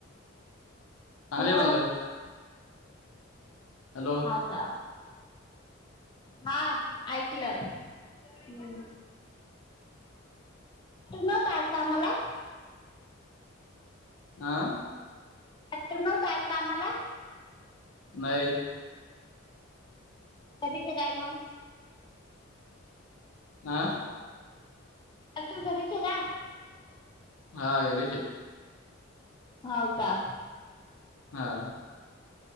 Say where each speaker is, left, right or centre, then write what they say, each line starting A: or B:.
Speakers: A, on the left; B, on the left.
A: चांगली
B: हॅलो.
A: म्हणलं हॅलो
B: हा का हा ऐकलं ह. नतास का आम्हाला.
A: हा.
B: डाक्टर नव्हत कामला
A: नाही
B: तरीक काय मग.
A: हा.
B: आता घरीच का.
A: हा गेरीशे
B: होव का?
A: हा.